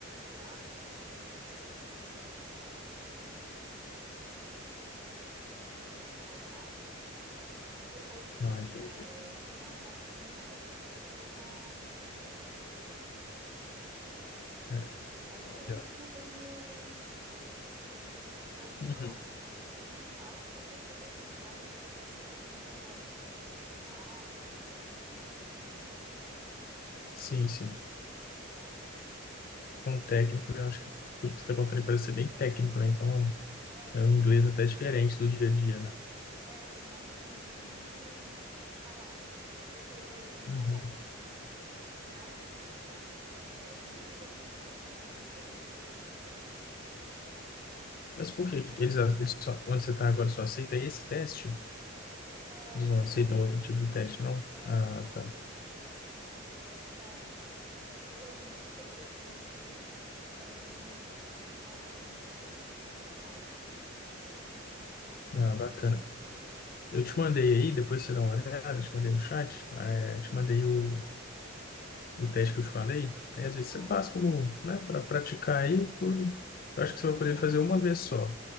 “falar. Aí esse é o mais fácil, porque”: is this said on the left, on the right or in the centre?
Right